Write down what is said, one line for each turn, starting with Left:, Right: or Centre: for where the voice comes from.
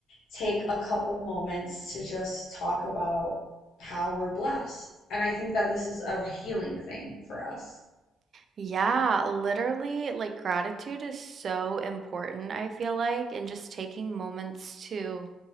Left: take a couple moments to just talk about how we're blessed. And I think that this is a healing thing for us.
Right: Yeah, literally, like gratitude is so important, I feel like, and just taking moments to